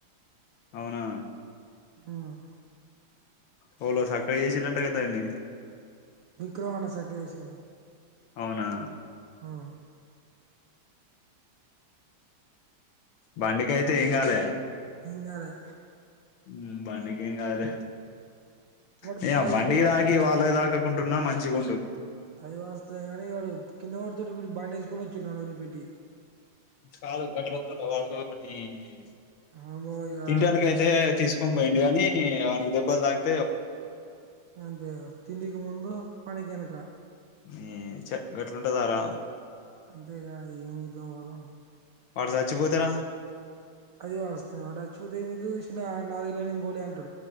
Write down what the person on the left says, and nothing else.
అవునా
ఎవలో సక్క చేసిందంటాగా దానీ
అవునా
బండికయితే ఏం కాలే
ఊ బండికేంకాలే
నీయవ్వ
బండికిదాకి వాళ్ళకు తా డుకుంటున్నా మంచిగుండు
కాదు గట్ వాళ్ళ నీ <unintelligible>
తింటానికి
అయితే తీసుకొని పోయిండు కానీ అవనికి దెబ్బల్ తాకి
హ్మ్మ్ చ గట్లుంటదారా
వాడ్ సచ్చిపోతెనా